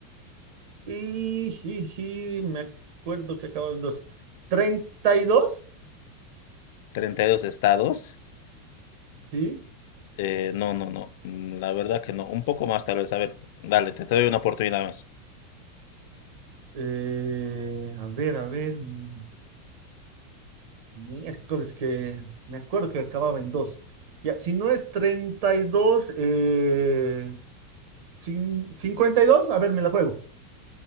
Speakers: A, on the right (about 55°); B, on the left (about 60°).
A: Y, jiji, me acuerdo que acababa en dos. ¿32?
B: Treinta y dos estados?
A: Sí.
B: Eh, no, no, no, mm, la verdad que no. Un poco más, tal vez. A ver, dale, te te doy una oportunidad más.
A: Eh, a ver, a ver. mm, Miércoles que me acuerdo que acababa en dos. Ya, si no es treinta y dos eh, cin- cincuenta y dos a ver, me la juego.